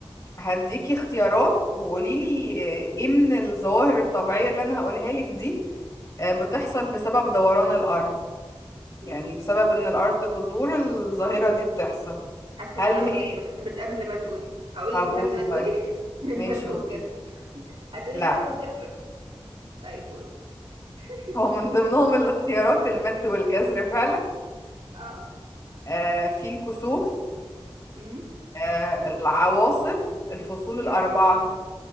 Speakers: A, on the left; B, on the right.
A: هديكي اختيارات وقوليلي آه، ايه من الظواهر الطبيعية اللي أنا هقولها لك دي آه، بتحصل بسبب دوران الأرض
B: مم.
A: يعني بسبب ان الارض بتدور الظاهرة دي بتحصل
B: حاسة
A: هل
B: ان انا اقول
A: هي
B: لك من... من قبل ما تقولي اقول
A: طب
B: لك من
A: قولي
B: قبل ما تقولي
A: طيب
B: <laughs> من المد
A: ماشي
B: والجزر
A: قولي
B: هتقولي
A: لا
B: المد والجزر طيب قولي <laughs>
A: هو من ضمنهم الاختيارات المد والجزر فعلا
B: اه
A: آه في الكسوف
B: امم
A: آه العواصف الفصول
B: امم
A: الأربعة